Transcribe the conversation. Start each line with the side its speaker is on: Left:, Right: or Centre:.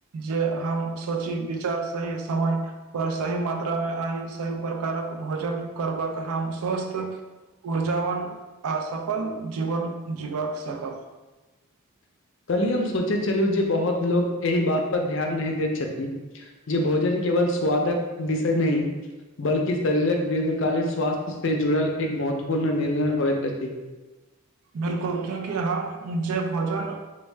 Right: जे हम सोची विचार सही समय कर सक सही मात्रा मे आ सही प्रकारक भोजन करबाक हम स्वस्थ ऊर्जावान आसफल जीवन जीवाक सकब
Left: <inaudible> कली हम सोचे छलु जे बहुत लोक एहि बात पर ध्यान नहि दैत छथि जे भोजन केवल स्वादक विषय नहि बल्कि शरीरक दीर्घ तत्कालीन स्वास्थ्य से जुड़ल एक महत्वपूर्ण निर्णय होइत अछि
Right: बिलकुल क्यूकि हम जेे भोजन